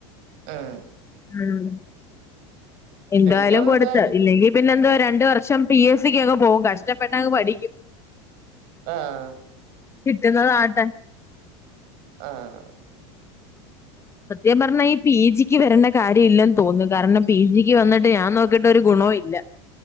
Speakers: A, on the right; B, on the left.
A: ഉം
B: ആഹ് എന്തായാലും
A: എനിക്ക് തോന്നുന്നു
B: കൊടുത്ത്
A: ഇതായിരിക്കും
B: ഇല്ലെങ്കിൽ പിന്നെ എന്തോ രണ്ട് വർഷം പി എസ് സിക്ക് പോകും കഷ്ടപ്പെട്ടങ്ങ് പഠിക്കും
A: ആഹ്
B: കിട്ടുന്നത് ആട്ടെ
A: ആഹ്
B: സത്യം പറഞ്ഞാ ഈ പി ജിക്ക് വരണ്ട കാര്യമില്ലെന്ന് തോന്നുന്നു കാരണം പി ജിക്ക് വന്നിട്ട് ഞാൻ നോക്കിട്ട് ഒരു ഗുണവും ഇല്ല <inaudible>